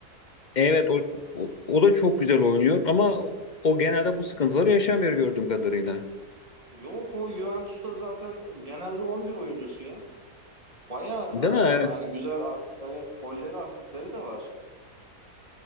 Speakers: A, on the left; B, on the right.
A: evet o, o, o da çok güzel oynuyor ama o genelde bu sıkıntıları yaşamıyor gördüğüm kadarıyla.
B: Yok o Juventus'ta zaten genelde 11 oyuncusu ya. Baya e,
A: Değil mi? Evet.
B: hani güzel a- evet golleri asistleri de var.